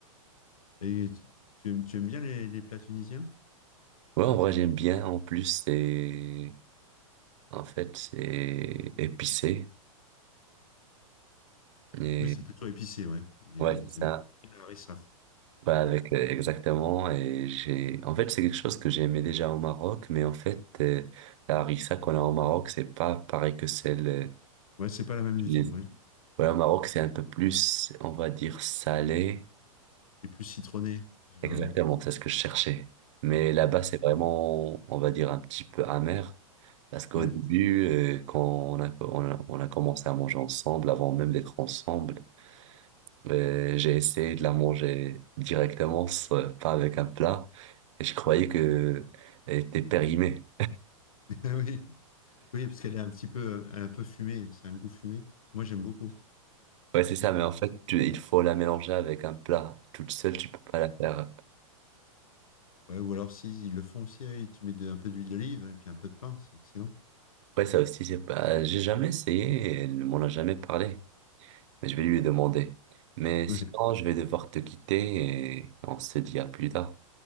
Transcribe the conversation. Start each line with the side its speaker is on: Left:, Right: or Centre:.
Left: et tu, tu aimes, tu aimes bien les, les plats tunisiens?
Right: Ouais, en vrai, j'aime bien. En plus, c'est, en fait, c'est épicé. Et,
Left: Oui, c'est plutôt épicé, ouais. Ils,
Right: ouais,
Left: ils
Right: c'est
Left: aiment
Right: ça.
Left: bien la harissa.
Right: Bah, avec, euh, exactement. Et j'ai, en fait, c'est quelque chose que j'aimais déjà au Maroc, mais en fait, euh, la harissa qu'on a au Maroc, c'est pas pareil que celle euh,
Left: Ouais, c'est pas la même
Right: tunisienne.
Left: du tout, ouais.
Right: Ouais, au Maroc, c'est un peu plus, on va dire, salé.
Left: suis plus citronné, généralement.
Right: Exactement, c'est ce que je cherchais. Mais là-bas, c'est vraiment, on va dire, un petit peu amer. Parce qu'au
Left: Ouais.
Right: début, euh, quand on a, on a, on a commencé à manger ensemble, avant même d'être ensemble, euh, j'ai essayé de la manger directement, sans- pas avec un plat, et je croyais que elle était périmée.
Left: <laughs> oui. oui, parce qu'elle est un petit peu, un peu fumée, c'est un goût fumé. Moi, j'aime beaucoup.
Right: Ouais, c'est ça, mais en fait, tu- il faut la mélanger avec un plat. Toute seule, tu peux pas la faire.
Left: Ouais, ou alors, si, ils le font aussi, oui, tu mets de- un peu d'huile d'olive et puis un peu de pain, c'est excellent.
Right: Ouais, ça aussi, c'est pas, j'ai jamais essayé, et elle ne m'en a jamais parlé, mais je vais lui demander. Mais sinon,
Left: Ouais.
Right: je vais devoir te quitter et on se dit à plus tard.